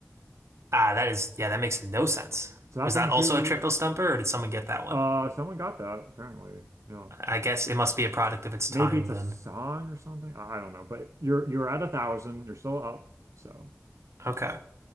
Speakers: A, on the right; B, on the right.
A: Ah, that is, yeah, that makes no sense.
B: So that
A: Was
B: brings
A: that also
B: you,
A: a triple stumper, or did someone get that one?
B: uh, someone got that apparently. Yeah.
A: I guess it must be a product of its
B: Maybe
A: time
B: it's
A: then.
B: a song or something. I I don't know, but you're you're at a thousand. You're still up. So
A: Okay.